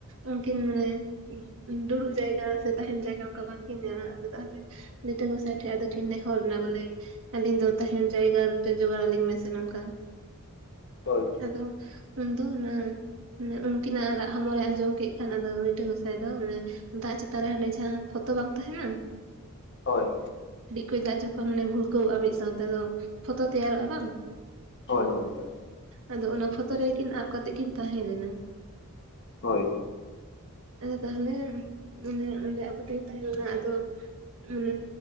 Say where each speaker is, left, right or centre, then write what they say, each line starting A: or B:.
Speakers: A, on the right (about 65°); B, on the left (about 55°).
A: ᱩᱱᱠᱤᱱ ᱢᱟᱱᱮ ᱫᱩᱲᱩᱵ ᱡᱟᱭᱜᱟ ᱥᱮ ᱛᱟᱦᱮᱸᱱ ᱡᱟᱭᱜᱟ ᱚᱱᱠᱟ ᱵᱟᱝᱠᱤᱱ ᱧᱟᱢᱟᱼᱟᱫᱚ ᱛᱟᱦᱞᱮ, ᱯᱤᱴᱷᱟᱹ ᱜᱚᱥᱟᱭ ᱴᱷᱮᱡ ᱟᱫᱚ ᱠᱤᱱ ᱱᱮ ᱱᱮᱦᱚᱨ ᱱᱟ ᱵᱚᱞᱮ ᱟᱹᱞᱤᱧ ᱫᱚ ᱛᱟᱦᱮᱸᱱ ᱡᱟᱭᱜᱟ ᱢᱤᱫᱴᱮᱱ ᱡᱚᱜᱟᱲ ᱟᱹᱞᱤᱧ ᱢᱮᱥᱮ ᱱᱚᱝᱠᱟ᱾
B: ᱦᱳᱭ।
A: ᱟᱫᱚ, ᱩᱱᱫᱚ ᱚᱱᱟ ᱢᱟᱱᱮ ᱩᱱᱠᱤᱱᱟᱜ ᱨᱟᱜ ᱦᱚᱢᱚᱨᱮ ᱟᱸᱡᱚᱢ ᱠᱮᱫ ᱠᱷᱟᱱ ᱟᱫᱚ ᱞᱤᱴᱟ. ᱜᱚᱸᱥᱟᱭ ᱫᱚ, ᱢᱟᱱᱮ ᱫᱟᱜ ᱪᱮᱛᱟᱱ ᱨᱮ ᱦᱟᱱᱮ ᱡᱟᱸᱦᱟ ᱯᱷᱚᱛᱚ ᱵᱟᱝ ᱛᱟᱸᱦᱮᱱᱟ᱾
B: ᱦᱳᱭ᱾
A: ᱠᱟᱹᱭ ᱫᱟᱜ ᱡᱚᱠᱷᱚᱱ ᱚᱱᱮ ᱵᱷᱩᱞᱠᱟᱹᱣᱼᱟ ᱢᱤᱫ ᱥᱟᱸᱣᱛᱮ ᱯᱷᱚᱛᱚ ᱛᱮᱭᱟᱨᱚᱜᱼᱟ ᱵᱟᱝ?
B: ᱦᱚᱭ ᱦᱚᱭ ᱦᱳᱭ᱾
A: ᱟᱫᱚ ᱚᱱᱟ ᱯᱷᱚᱛᱚ ᱨᱮᱜᱮᱠᱤᱱ ᱟᱵ ᱠᱟᱛᱮᱜ ᱠᱤᱱ ᱛᱟᱸᱦᱮ ᱞᱮᱱᱟ।
B: ᱦᱳᱭ।
A: ᱟᱫᱚ ᱛᱟᱦᱚᱞᱮ ᱢᱟᱱᱮ ᱚᱸᱰᱮ ᱟᱵ ᱠᱟᱛᱮ ᱠᱤᱱ ᱛᱟᱸᱦᱮ ᱞᱮᱱᱟ ᱟᱫᱚ, ᱩᱸ